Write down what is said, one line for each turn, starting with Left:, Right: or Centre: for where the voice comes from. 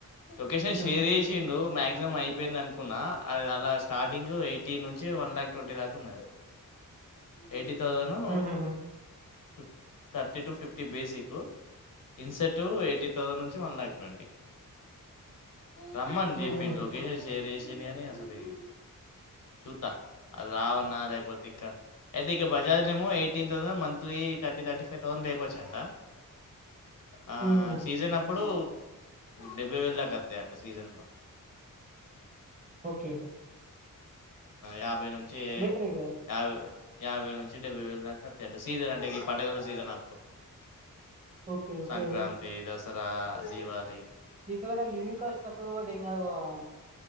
Left: లొకేషన్
Right: హ్మ్
Left: షేర్ చేసిండు మ ఎగ్జామ్ అయిపోయింది అనుకున్నా అల్ల స్టార్టింగ్ ఎయిటీ నుంచి వన్ లాక్ ట్వంటీ దాకా ఉన్నది ఎయిటీ థౌజండ్
Right: హహ
Left: ఫిఫ్ థర్టీ టు ఫిఫ్టీ బేసిక్ ఇన్సెట్ ఎయిటీ థౌసండ్ నుంచి వన్ ల్యాక్ ట్వంటీ రమ్మన్
Right: హ్మ్
Left: జెప్పిన్రు
Right: హ్మ్
Left: లొకేషన్ షేర్ వేసిండు గానీ అసలీ చూత్తా అది రావన్నా లేకపోతే ఇక అయితే ఇక బజాజ్ ల ఏమో eighteen, monthly thirty thirty five thousand లేపోచ్చంట ఆ
Right: హ్మ్ హ్మ్
Left: సీజన్ అప్పు అప్పుడూ డెబ్బై వేలు దాకా వస్తాయి అంట సీజన్లో
Right: ఓకే
Left: యాభై నుండి నుంచి
Right: బెటరే కదా
Left: యాభై యాబైవేల నుంచి డెబ్బైే వేలు దాక టండి సీజన్ అంటే ఈ పండుగల సీజన్ అప్పుడు
Right: ఓకే ఓకే
Left: సంక్రాంతి దసరా దివాళీ
Right: ఇకడకడా లివింగ్ కాస్ట్ తక్కువ పడి ఏం కాదు బావ